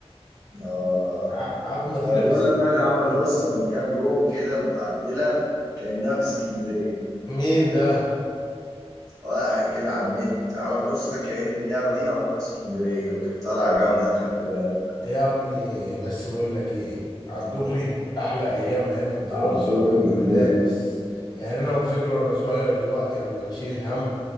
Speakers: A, on the right (about 35°); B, on the left (about 40°).
A: آه
B: ع- عظمه تقيله
A: طب بيقول
B: في اسكندريه
A: لك واحد عمل
B: بجد
A: نسخة من كام يوم كده متعدلة كأنها في اسكندرية
B: مين ده
A: واحد كده على النت عمل نسخة كأن اللعبة دي معمولة في اسكندرية وكانت طالعة جامدة خلي بالك
B: يا ابني بس بقول لك ايه على الدغري احلى ايام ايام الدراسه
A: على الدغري
B: وايام
A: وبرجولة
B: المدارس يعني انا فاكر وانا صغير دلوقتي قبل ما نشيل الهم